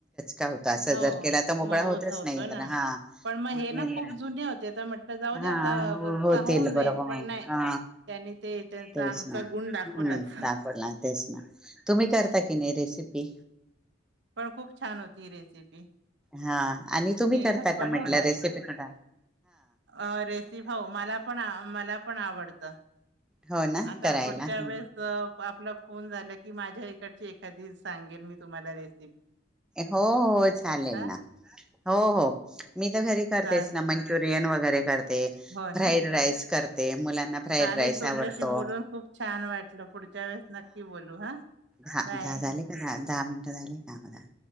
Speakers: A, in the centre; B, on the right.
A: का होत असं
B: हो
A: जर केला तर मोकळा
B: मऊच
A: होतच
B: होतो
A: नाही. इंद्र
B: ना
A: हा म्ह
B: पण मग हे ना
A: इंद्र
B: खूप जुने होते तर म्हटलं जाऊ
A: हां
B: दे आता
A: हो, होतील
B: चा होऊन जाईल
A: बरं
B: पण नाही
A: हा
B: त्यांनी ते त्यांचा
A: तेच
B: अंगचा
A: ना.
B: गुण दाखवलाच
A: हम्म, सापडला तेच ना,, तुम्ही करता की नाही रेसिपी?
B: पण खूप छान होती रेसिपी.
A: हा, आणि तुम्ही करता
B: झटपट
A: का म्हटलं
B: होणारी
A: रेसिपी कडं
B: अ रेसी भाऊ मला पण मला पण आवडत.
A: हो ना
B: आता
A: करायला
B: पुढच्या
A: ह
B: वेळेस आपला झालं की माझ्या इकडची एखादी सांगेल मी तुम्हाला रेसि
A: हो, हो, चालेल
B: हा
A: ना. हो हो, मी तर घरी करतेस
B: चाल
A: ना मंचुरियन वगैरे करते रते,
B: हो
A: फ्राईड
B: ना
A: राईस करते, मुलांना फ्राईड
B: चालेल
A: राईस
B: तुमच्याशी
A: आवडतो.
B: बोलून खूप छान वाटलं पुढच्या वेळेस नक्की बोलू हा
A: हांझाले
B: बाय.
A: का दहा मिनट झाले का?